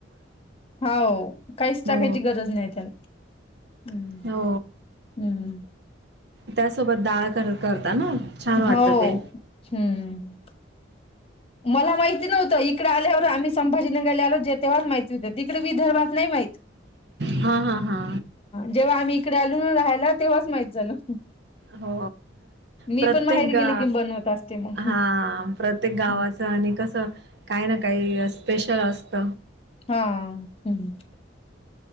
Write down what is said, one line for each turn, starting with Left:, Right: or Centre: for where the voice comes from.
Left: होा काहीच टाकायची
Right: हो
Left: गरज नाही त्याला हम्म.
Right: हो
Left: हम्म
Right: त्यासोबत डाळ करता ना छान वाटतं
Left: हो
Right: ते.
Left: हम्म मला माहिती नव्हतं इकडे आल्यावर आम्ही संभजीनगर आलो जेवर माहिती होतं तिकडे विदर्भ मा
Right: हा हा हा
Left: जेव आ इ खायला तेव्हाच माहित झालं
Right: हो
Left: मी
Right: प्रत्येक
Left: पण माहेरी गेले
Right: ग
Left: की बनवत असते मग.
Right: हा प्रत्येक
Left: हम्म.
Right: गावाचं आणि कसं काही ना काही स्पेशल असत
Left: हा हम्म